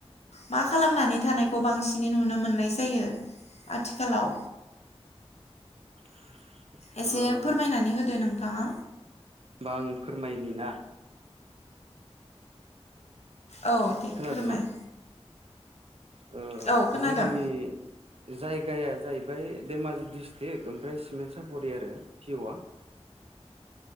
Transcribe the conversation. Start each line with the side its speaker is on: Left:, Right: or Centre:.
Left: मा खालामनानै थानायखौ बांसिनै नुनो मोननाय जायो आथिखालाव
Right: <inaudible>
Left: एसे
Right: होमबा
Left: फोरमायनानै होदो नोंथाङा
Right: आं फोरमायनि ना
Left: औ दे
Right: खोनादों
Left: फोरमाय
Right: ना? ओ
Left: औ खोनादों
Right: जोंनि जायगाया जाहैबाय धेमाजि डस्ट्रिक्ट ओमफ्राय सिमेन्ट साफरि आरो पि अ आ